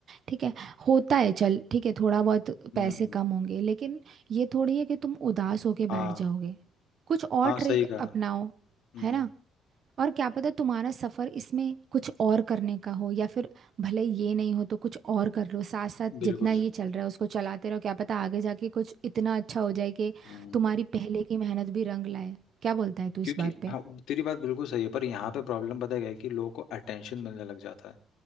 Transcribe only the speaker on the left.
हम्म
हाँ
हाँ
सही कहा
हम्म
बिल्कुल
सही
हम्म।
क्योंकि
हाँ तेरी बात बिल्कुल सही है पर यहाँ पे प्रॉब्लम पता है क्या है कि लोगों को अटेंशन मिलने लग जाता है